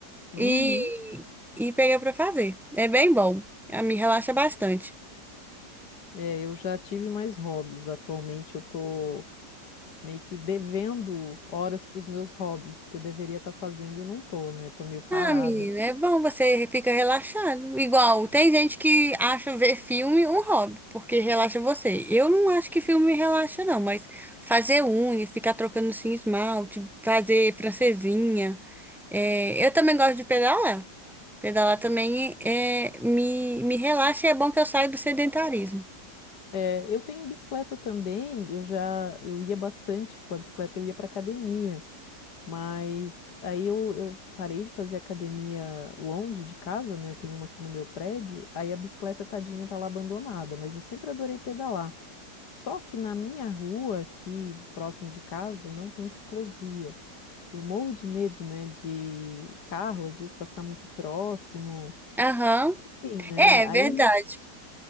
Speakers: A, on the left (about 65°); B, in the centre.
A: Uhum.
B: E, e pegar pra fazer. É bem bom. Ah, Me relaxa bastante.
A: É, eu já tive mais hobbies. Atualmente eu tô meio que devendo horas para os meus hobbies que eu deveria estar fazendo e não tô, né? Tô meio parada.
B: Ah, menina, é bom, você fica relaxado. Igual, tem gente que acha ver filme um hobby, porque relaxa você. Eu não acho que filme relaxa, não, mas fazer unha, ficar trocando assim, esmalte, fazer francesinha. é, eu também gosto de pedalar. Pedalar também é, me, me relaxa e é bom que eu saio do sedentarismo.
A: É, eu tenho bicicleta também. Eu já eu ia bastante com a bicicleta, eu ia para academia. Mas aí eu, eu parei de fazer academia longe de casa, né? Tem uma aqui no meu prédio. Aí a bicicleta tadinha tá lá abandonada, mas eu sempre adorei pedalar. Só que na minha rua, aqui próximo de casa, não tem ciclovia. Eu morro de medo, né, de carro às vezes passar muito próximo,
B: Aham,
A: enfim, né?
B: É é
A: Aí
B: verdade.